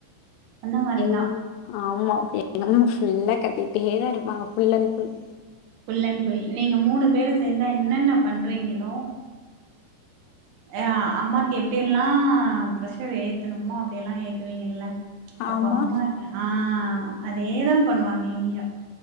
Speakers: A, on the right (about 90°); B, on the left (about 85°).
A: அந்த மாரிதா
B: எங்க அம் ஆமா ஃப்யே எங்க அம்மா ஃபுல்லா கத்திட்டே தா இருப்பாங்க full and full
A: full and full நீங்க மூணு பேரு சேந்தா என்னென்ன பண்றீங்களோ அ அம்மாக்கு எப்டி எல்லா ப்ரஷர ஏத்தணுமோ அப்டியே எல்லா ஏத்துவீங்கல்ல அப்ப
B: ஆமா
A: அம்மா ஆ அதேதா பண்ணுவாங்க இங்கயு